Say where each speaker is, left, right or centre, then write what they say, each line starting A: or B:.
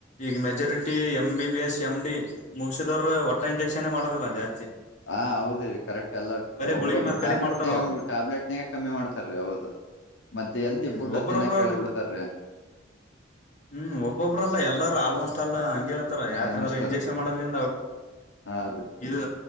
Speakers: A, on the left; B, on the left.
A: ಈಗ majority M B B S M D ಮುಗಸಿದವ್ರರು ಒಟ್ಟ ಇಂಜೆಕ್ಷನ್ ಮಾಡದಲ್ಲ ಜಾಸ್ತಿ.
B: ಹ ಹೌದ್ರೀ ಕರೆಕ್ಟ್ ಎಲ್ಲ
A: ಬರೀ
B: ಒಬ್ಬ್ರೊಬ್ರು
A: ಗುಳಗಿ ಮೇಲೆ ಕಡಿಮೆ
B: ಟ್ಯಾಬ್ಲೆಟ್ನಾಗ
A: ಮಾಡ್ತಾರ ಅವ್ರು
B: ಟ್ಯಾಬ್ಲೆಟ್ನಾಗ ಕಮ್ಮಿ ಮಾಡ್ತಾರೀ ಹೌದು. ಮತ್ತೆ
A: ಹ್ಮ್
B: ಎಲ್ತಿ ಫುಡ್
A: ಒಬ್ಬ್ರೊಬ್ರ
B: ತಿನ್ನಾ ಕೇೇಳಬಿಡ್ತಾರ್ರೆ.
A: ಹ್ಮ್ ಒಬ್ಬೊಬ್ಬ್ರಲ್ಲಾ ಎಲ್ಲಾರ ಆಲ್ಮೋಸ್ಟ್ ಅಲ್ಲ ಹಂಗ ಹೇಳ್ತಾರ ಯಾಕಂದ್ರೆ
B: ಆಲ್ಮೋಸ್ಟ್
A: ಇಂಜೆಕ್ಷನ್
B: ಎಲ್ಲ
A: ಮಾಡದ
B: ಹಾ ರೀ
A: ಇದು